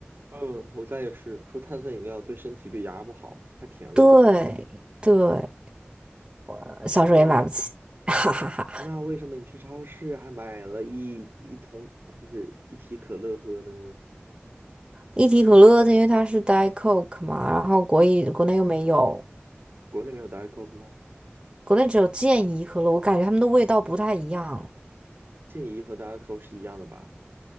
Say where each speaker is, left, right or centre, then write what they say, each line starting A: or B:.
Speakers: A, on the right; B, on the right.
A: 嗯，我家也是，说碳酸饮料对身体对牙不好，太甜了，
B: 对对，
A: 而且
B: 呃小时候也买不起，
A: 那
B: <laughs> 哈哈哈。
A: 那为什么你去超市还买了一一桶就是一提可乐喝呢？
B: 一提可乐，因为它是 Diet Coke 嘛，然后国一国内又没有，
A: 国内没有 Diet Coke 吗？
B: 国内只有健怡可乐，我感觉它们的味道不太一样，
A: 健怡和 Diet Coke 是一样的吧？